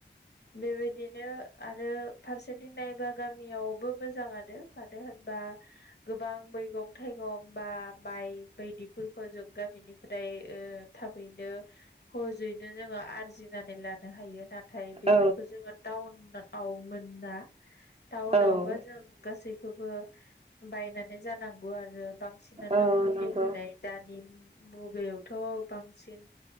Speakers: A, on the left; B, on the right.
A: बेबायदिनो आरो फारसेथिं नायबा गामियावबो मोजाङानो मानो होन - बा गोबां मैगं थाइगं बा माइ बायदिफोरखौ जों गामिनिफ्राय बे ओ थाबैनो खहजैनो जोङो आरजिनानै लानो हायो नाथाय बेफोरखौ
B: औ
A: जोङो टाउनाव मोना टाउनावबा
B: औ
A: जों गासै खौबो बायनानै जानांगौ आरो बां- -सिनानो
B: औ
A: मुलि
B: नंगौ
A: होनाय दानि मु- -बेयावथ बांसिन